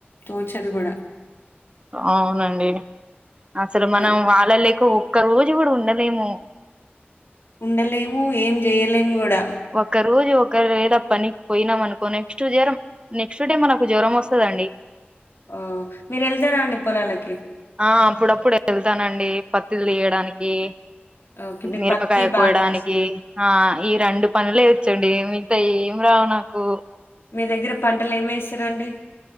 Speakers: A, on the left (about 70°); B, on the right (about 25°).
A: తోచదు కూడా
B: అవునండి అసలు
A: అల్
B: మనం వాళ్ళ లె క్క ఒక్క రోజు కూడా ఉండలేము
A: ఉండలేము ఏం చెయలేము కూడా
B: వోక రోజు ఒక రేల పనిక్పోయినాం అనుకో నెక్స్ట్ జ్వరం నెక్స్ట్ డే మనకు జ్వరం వస్తదండి
A: ఆ మీర్ ఎళ్తారా అండి పోలాలకి
B: ఆ అప్పుడప్పుడు వెళ్తానండి పత్తుల్ తీయడానికి
A: ఓకే. మీరు
B: మిరపకాయ
A: పత్తి బాగా
B: కోయడానికి
A: ఏస్
B: ఆ ఈ రెండు పనులే చండి మిగితాయ్ ఏం రావు నాకు
A: మీ దగ్గర పంటల్ ఏం ఎస్తరండి